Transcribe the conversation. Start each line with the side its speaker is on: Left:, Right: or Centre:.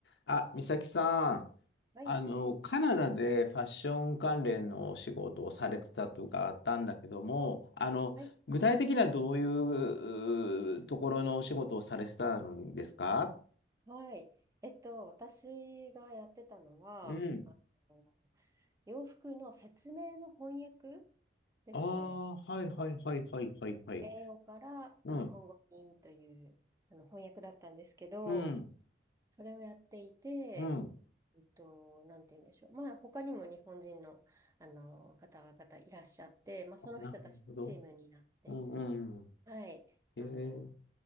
Left: あ、美咲さん、
Right: はい。
Left: あの、カナダでファッション関連のお仕事をされてたとかあったんだけども、あの、
Right: はい。
Left: 具体的にはどういううーところのお仕事をされてたんですか
Right: はい。えっと、私がやってたのは、
Left: うん。
Right: あの、洋服の説明の翻訳ですね。
Left: ああ、はいはいはいはいはいはい。
Right: あの英語から日本語にという、
Left: うん、
Right: あの、翻訳だったんですけど、
Left: うん、
Right: それをやっていて、
Left: うん。
Right: えっと、なんて言うんでしょう。まあ、他にも日本人の、あの、方々いらっしゃって、まあ、その人たちとチームになって、
Left: あなるほど。うんうん。
Right: はい。あの、
Left: へえ